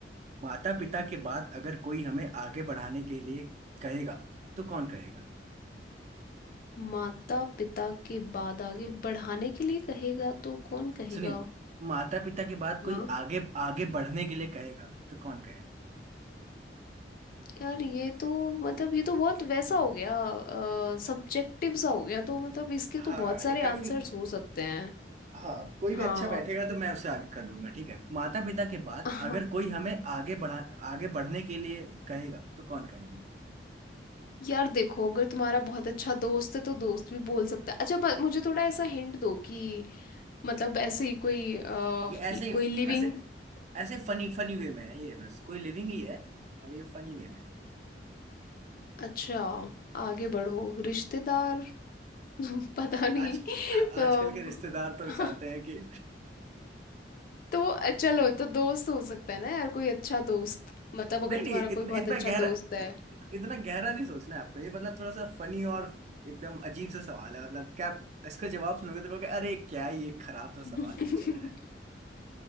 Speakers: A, on the right (about 40°); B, on the left (about 50°).
A: माता पिता के बाद अगर कोई हमें आगे बढ़ाने के लिए कहेगा तो कौन कहेगा
B: माता पिता के बाद आगे बढ़ाने के लिए कहेगा तो कौन कहेगा
A: सुनिए माता पिता के बाद कोई
B: हाँ
A: आगे आगे बढ़ने के लिए कहेगा तो कौन कहेगा
B: यार ये तो मतलब ये तो बहुत वैसा हो गया सब्जेक्टिव सा हो गया तो मतलब इसके
A: हाँ
B: तो बहुत सारे
A: ये काफी
B: आंसर्स हो सकते हैं
A: हाँ कोई
B: हाँ
A: भी अच्छा बैठेगा तो मैं उसे आगे कर दूंगा ठीक है माता पिता के बाद
B: <laughs> हाँ
A: अगर कोई हमें आगे बढ़ा आगे बढ़ने के लिए कहेगा तो कौन कहेगा
B: यार देखो अगर तुम्हारा बहुत अच्छा दोस्त है तो दोस्त भी बोल सकता है अच्छा ब- मुझे थोड़ा ऐसा हिंट दो कि मतलब ऐसे ही कोई अ,
A: ये ऐसे
B: ल-
A: ही
B: कोई लिविंग
A: ऐसे ऐसे फनी फनी वे में है ये बस कोई लिविंग ही है और ये फनी वे में है
B: अच्छा आगे बढ़ो रिश्तेदार <laughs> पता नहीं
A: आज आजकल
B: अम,
A: के रिश्तेदार तो
B: <laughs>
A: चाहते हैं कि
B: तो अ, चलो तो दोस्त हो सकता है ना यार कोई अच्छा दोस्त मतलब अगर
A: नहीं नहीं
B: तुम्हारा
A: इतना
B: कोई बहुत
A: इतना
B: अच्छा
A: गहरा
B: दोस्त है
A: इत, इत- इतना गहरा नहीं सोचना है आपको ये मतलब थोड़ा सा फनी और एकदम अजीब सा सवाल है मतलब क्या आप इसका जवाब सुनोगे तो कहोगे अरे क्या ये खराब सा
B: <laughs>
A: सवाल पूछा है